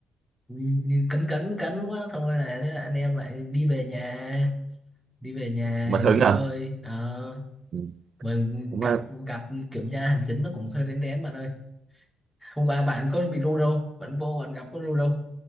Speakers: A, in the centre; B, on the right (about 55°).
A: như cấn cấn cấn quá thôi là thế là anh em lại đi về nhà đi về nhà
B: mất
A: nghỉ
B: hứng à
A: ngơi Ờ,
B: Ừ.
A: mình
B: Đúng
A: gặp
B: là
A: gặp kiểm tra hành chính nó cũng hơi rén rén bạn ơi hôm qua bạn có bị ru đâu bạn vô bạn gặp có ru đâu